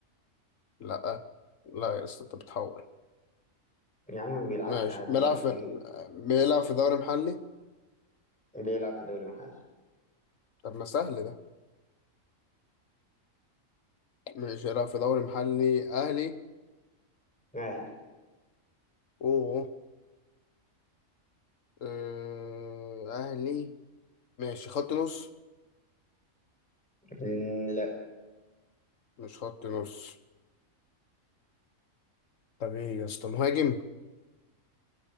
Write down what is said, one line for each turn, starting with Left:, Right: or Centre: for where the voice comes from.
Left: لا لا يا اسطى انت بتحور
Centre: يا عم ما بيلعبش
Left: ماشي
Centre: انا هكدب
Left: بيلعب
Centre: عليك
Left: في
Centre: ليه
Left: بيلعب في دوري محلي
Centre: بيلعب في دوري محلي
Left: طب ما سهل ده ماشي بيلعب في دوري محلي اهلي
Centre: اهلي
Left: اوه آه، اهلي ماشي خط نص
Centre: مم، لا
Left: مش خط نص طب ايه يا اسطى مهاجم